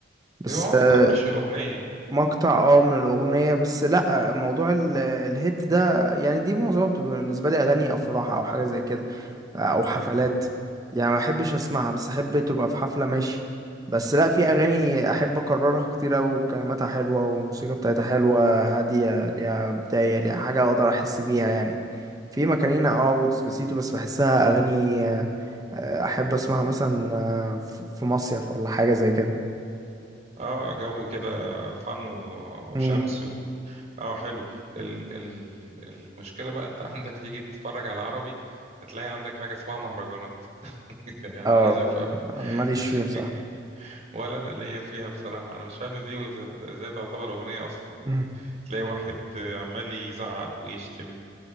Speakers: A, on the right; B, on the right.
A: بس
B: بيبقى مقطع
A: آه،
B: مش الاغنيه يعني
A: مقطع اه من الأغنية بس لأ موضوع ال- الهيت ده يعني دي معظمها بتبقى بالنسبة لي أغاني أفراح أو حاجة زي كده أو حفلات
B: اه
A: يعني ما أحبش أسمعها بس أحب تبقى في حفلة ماشي بس لأ في أغاني أحب أكررها كتير أوي كلماتها حلوة والموسيقى بتاعتها حلوة هادية ليها بداية ليها حاجة أقدر أحس بيها يعني في ماكارينا اه وديسباسيتو بس بحسها أغاني آه، آه، أحب أسمعها مثلا آه، في في مصيف ولا حاجة زي كده
B: اه جو كده فن و-
A: مم.
B: وشمس اه حلو ال ال المشكله بقى انت <laughs> عندك تيجي تتفرج على عربي هتلاقي عندك حاجه اسمها مهرجانات <laughs> يعني
A: اه
B: عايز افهم
A: مهرجان. أنا ماليش
B: <laughs>
A: فيه بصراحة
B: ولا انا ليا فيها بصراحه انا مش فاهم دي وز- ازاي تعتبر اغنيه اصلا يعني
A: مم.
B: تلاقي واحد عمال يزعق ويشتم